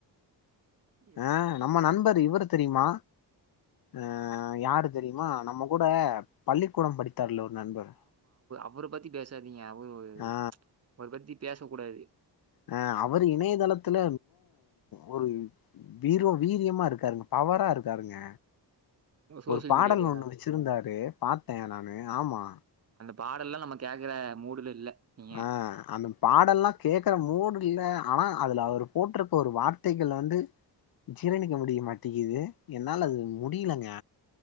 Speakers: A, on the right; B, on the left.
A: எ-
B: ஆஹ் நம்ம
A: எ-
B: நண்பர் இவ்ர தெரியுமா அ அ யாரு தெரியுமா நம்ம கூட பள்ளிக்கூடம் படிச் தெர்ல ஒரு நண்பர்
A: அவ்ர பத்தி பேச இவங்க அவ்ளோ ஒரு ஒரு
B: ஆ
A: அவுரு பத்தி பேசக் கூடாது
B: ஆ அவரு இணையதளத்துல ஒரு வீரே வீரியமா இருக்காருங்க பவரா இருக்காருங்க
A: சோசியல்
B: ஒரு பாடல்
A: மீடியாலயா?
B: ஒண்ணு வச்சிருந்தாரு பாத்தே நானு ஆமா
A: பாடெல்லா நம்ம கேக்குற மூடுல இல்ல நீங்க
B: ஆஹ் அந்தம் பாடெல்லா கேட்கற மூடு இல்ல ஆனா அதுல அவ்ரு போட்டிருக்க ஒரு வார்த்தைகள் வந்து ஜீரணிக்க முடிய மாட்டிகிது என்னால அது முடியலைங்க